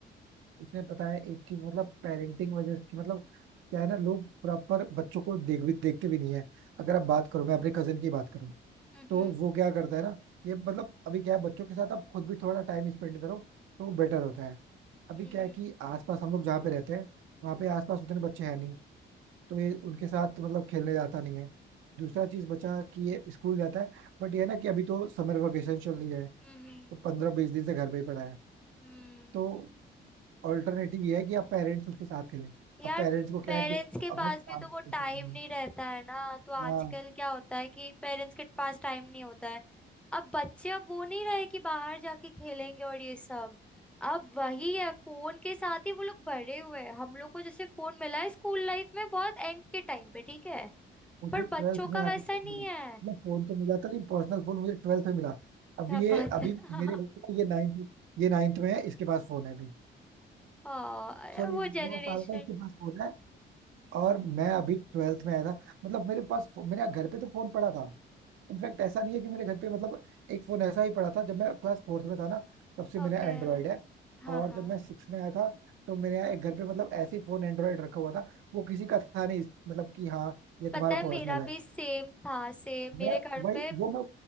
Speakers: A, on the right; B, in the centre.
A: इसमें पता है एक चीज मतलब पेरेंटिंग वजह की मतलब क्या है ना लोग प्रॉपर बच्चों को देख भी देखते भी नहीं है अगर आप बात करो मैं अपने कजन की बात करूँ
B: हम्म
A: तो वो क्या करता है ना ये मतलब अभी क्या है बच्चों के साथ आप खुद भी थोड़ा टाइम स्पेंड करो तो बेटर होता है अभी
B: हम्म
A: क्या है कि आसपास हम लोग जहाँ पे रहते हैं वहाँ पे आसपास उतने बच्चे हैं नहीं तो ये उनके साथ मतलब खेलने जाता नहीं है दूसरा चीज बचा कि ये स्कूल जाता है बट ये है ना कि अभी तो समर वेकेशन चल रही है
B: हम्म
A: तो पंद्रह बीस दिन से घर पे ही पड़ा है
B: हम्म
A: तो ऑल्टरनेटिव ये है कि आप पेरेंट्स उसके साथ खेलें
B: यार
A: अब पेरेंट्स को
B: पेरेंट्स
A: क्या है कि
B: के पास
A: अपने काम
B: भी तो
A: पे
B: वो
A: फोकस
B: टाइम
A: नहीं
B: नहीं
A: है।
B: रहता है ना तो आजकल
A: हाँ
B: क्या होता है कि पेरेंट्स के पास टाइम नहीं होता है अब बच्चे अब वो नहीं रहे कि बाहर जाके खेलेंगे और ये सब अब वही है फोन के साथ ही वो लोग बड़े हुए हैं हम लोग को जैसे फोन मिला है स्कूल लाइफ में बहुत एंड के टाइम पे ठीक है
A: मुझे
B: पर
A: ट्वेल्थ
B: बच्चों
A: में
B: का
A: आके
B: वैसा
A: फोन
B: नहीं
A: मिला मतलब
B: है
A: फोन तो मिला था लेकिन पर्सनल फोन मुझे ट्वेल्थ में मिला अभी
B: क्या
A: ये
B: बात
A: अभी
B: है <laughs>
A: मेरे घर पे ये नाइन्थ ये नाइन्थ में है इसके पास फोन है अभी
B: हाँ
A: सॉरी
B: वो जेनरेशन
A: नौ साल का इसके पास फोन है और मैं अभी ट्वेल्थ में आया था मतलब मेरे पास मेरे घर पे तो फोन पड़ा था इनफैक्ट ऐसा नहीं है कि मेरे घर पे मतलब एक फोन ऐसा ही पड़ा था जब मैं क्लास फोर्थ में था ना तब से मेरा
B: ओके
A: एंड्रॉयड है
B: हाँ
A: और
B: हाँ
A: जब मैं सिक्स में आया था तो मेरे यहाँ एक घर पे मतलब ऐसे ही फोन एंड्रॉयड रखा हुआ था वो किसी का था नहीं मतलब कि हाँ ये तुम्हारा
B: पता है
A: पर्सनल
B: मेरा
A: है
B: भी सेम था सेम मेरे
A: मैं
B: घर
A: वही
B: पे
A: वो मैं